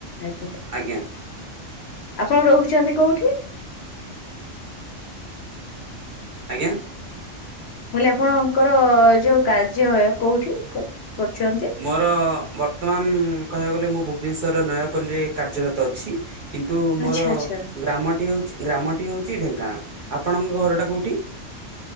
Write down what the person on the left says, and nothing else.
ଆଜ୍ଞାା।
ଆପଣ ରହୁଛନ୍ତି କୋଉଠି?
ମୁଁ କହିଲି ଆପଣଙ୍କର ଯୋଉ କାର୍ଯ୍ୟ କୋଉଠି କରୁଛନ୍ତି?
ଆଚ୍ଛା
ଆଚ୍ଛା